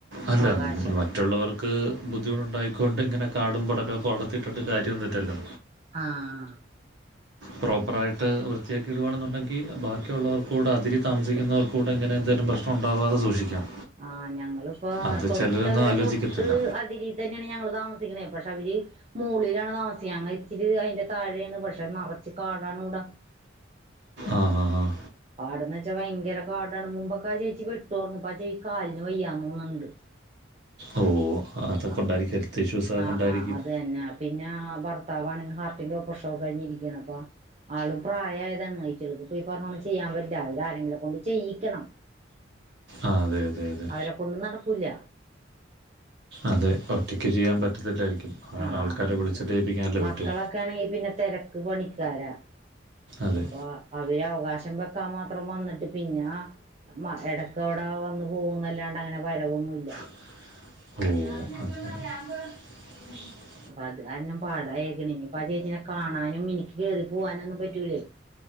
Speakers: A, on the right (about 60°); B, on the right (about 35°).
A: അല്ല
B: അവകാശം
A: ഇത് മറ്റുള്ളവർക്ക് ബുദ്ധിമുട്ടുണ്ടായിക്കൊണ്ട് ഇങ്ങനെ കാടും പടലൊക്കെ വളർത്തിട്ടിട്ട് കാര്യമൊന്നുല്ലല്ലോ
B: ആഹ്
A: പ്രോപ്പറായിട്ട് വൃത്തിയാക്കി ഇടുവാണെന്നുണ്ടെങ്കിൽ ബാക്കിയുള്ളവർക്കൂടെ അതിരിൽ താമസിക്കുന്നവർക്ക കൂടെങ്ങനെ എന്തെലും പ്രശ്നം ഉണ്ടാവാതെ സൂക്ഷിക്കാം
B: ആഹ് ഞങ്ങളിപ്പോ
A: അത്
B: തൊട്ടവര്
A: ചിലരൊന്നും ആലോചിക്കത്തില്ല
B: തൊട്ട് അതിര് ഇതന്നെയാണ് ഞങ്ങൾ താമസിക്കണേ പക്ഷേ അവര് മോളിലാണ് താമസിക്കാ ഞങ്ങ ഇച്ചിരി അതിന്റെ താഴെയാണ് പക്ഷെ നിറച്ച് കാടാണ് ഇവിടെ
A: ആഹ് ആഹ് ആഹ്
B: കാടന്ന് വെച്ചാ ഭയങ്കര കാടാണ് മുമ്പൊക്കെ ആ ചേച്ചി വെട്ടോർന്നു ഇപ്പം ആ കാലിന് വയ്യാന്ന് തോന്നുണുണ്ട്
A: ഓ അതൊക്ക
B: അപ്പൊ
A: കൊണ്ടായിരിക്കും ഹെൽത്ത് ഇഷ്യൂസൊക്കെ
B: ആഹ്
A: കൊണ്ടായിരിക്കും
B: ആഹ് അത് തന്നെ പിന്നെ ഭർത്താവ് ആണെങ്കിൽ ഹാർട്ടിന്റെ ഓപ്പറേഷൻ കഴിഞ്ഞിരിക്കാണ് അപ്പൊ ആളും പ്രായമായതാണ് കയിട്ടൾക്ക് പോയി പറഞ്ഞോണം ചെയ്യാൻ പറ്റില്ല അവര് ആരെങ്കിലും കൊണ്ട് ചെയ്യിക്കണം
A: ആ അതെ അതെ അതെ
B: അവരെ കൊണ്ട് നടക്കൂല
A: അതേ ഒറ്റക്ക് ചെയ്യാൻ പറ്റത്തില്ലായിരിക്കും ആൾ-
B: ആഹ്
A: ആൾക്കാരെ വിളിച്ചിട്ട് ചെയ്യിപ്പിക്കാനല്ലേ
B: മക്കളൊക്കെ
A: പറ്റൂ
B: ആണെങ്കി പിന്നെ തിരക്ക് പണിക്കാരാ
A: അതെ
B: അപ്പൊ അവര് അവകാശം വെക്കാൻ മാത്രം വന്നിട്ട് പിന്നെ മ ഇടക്ക് അവിടെ വന്ന് പോകുന്നല്ലാണ്ട് അങ്ങനെ വരവൊന്നും ഇല്ല
A: <inaudible>
B: അപ്പൊ അത് കാരണം പാടായിക്കാണ് അപ്പ ചേച്ചിനെ കാണാനും എനിക്ക് കേറി പോവാനും ഒന്നും പറ്റൂലേ <inaudible>